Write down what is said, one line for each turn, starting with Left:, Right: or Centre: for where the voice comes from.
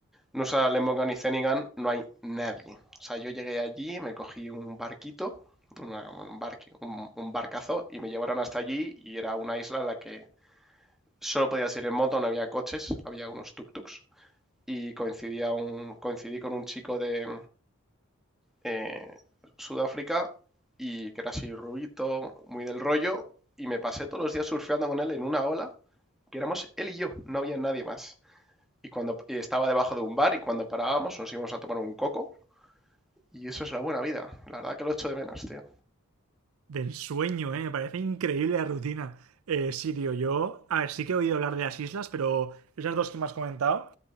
Centre: Nusa Lemongan y Zenigan no hay nadie. O sea, yo llegué allí, me cogí un barquito, una- un, barque, un, un barcazo y me llevaron hasta allí y era una isla en la que solo podías ir en moto, no había coches, había unos tuk-tuks y coincidía un, coincidí con un chico de, eh, Sudáfrica y que era así rubito, muy del rollo, y me pasé todos los días surfeando con él en una ola, que éramos él y yo, no había nadie más. Y cuando y estaba debajo de un bar y cuando parábamos nos íbamos a tomar un coco y eso es la buena vida. La verdad que lo echo de menos, tío.
Right: Del sueño, ¿eh? Me parece increíble la rutina. Eh, sí, tío, yo. A ver, sí que he oído hablar de las islas, pero esas dos que me has comentado.